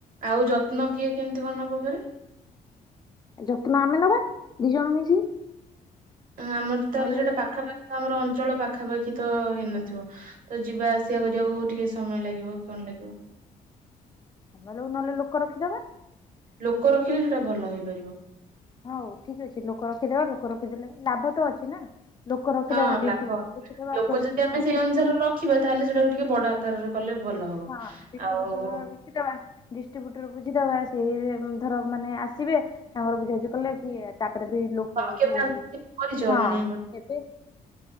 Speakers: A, on the right (about 60°); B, on the left (about 30°).
A: ଆଉ ଯତ୍ନ କିଏ କେମିତି କଣ ନବ ଫେରେ?
B: ଯତ୍ନ ଆମେ ନବା ଦି ଜଣ ମିଶିକି।
A: ଆମର ତାହେଲେ
B: ନହେଲେ
A: ସେଟା ପାଖାପାଖି ତ ଆମର ଅଞ୍ଚଳ ପାଖ ପାଖାପାଖି ତ ହେଇନଥିବ ତ ଯିବା ଆସିବା କରିବାକୁ ଟିକେ ସମୟ ଲାଗିବ କଣ ଲାଗିବ?
B: ହ ନହେଲେ ଲୋକ ରଖିଦବା।
A: ଲୋକ ରଖିଲେ ସେଟା ଭଲ ହେଇପାରିବ।
B: ହଉ ଠିକ ଅଛି ଲୋକ ରଖିଦେବା ଲୋକ ରଖିଦେଲେ ଲାଭ ତ ଅଛି ନା। ଲୋକ ରଖିଦବା
A: ହଁ
B: ଡିଷ୍ଟ୍ରିବ୍ୟୁଟ
A: ଲାଭ ଅଛି
B: ରଖିଦବା
A: ଲୋକ ଯଦି ଆମେ
B: ଡିଷ୍ଟ୍ରି
A: ସେଇ ଅନୁସାରେ ରଖିବା ତାହେଲେ ସେଟାକୁ ଟିକେ ବଡ ଆକାରରେ କଲେ ଭଲ ହବ।
B: ହଁ ଡିଷ୍ଟ୍ରିବ୍ୟୁଟର
A: ଆଉ
B: ରଖିଦବା ଡିଷ୍ଟ୍ରିବ୍ୟୁଟର ବୁଝିଦବା ସେଇ ଉମ୍ ଧର ମାନେ ଆସିବେ ତାଙ୍କର ବୁଝାୁଵୁଝି କଲେ କିଏ ତା ଏଵେ ବି ଲୋକ
A: ତମେ କେବେ
B: ଯଉ
A: ଆଗରୁ କରିଛ
B: ହଁ
A: ମାନେ ଏଇ ଭଳି
B: ଏବେ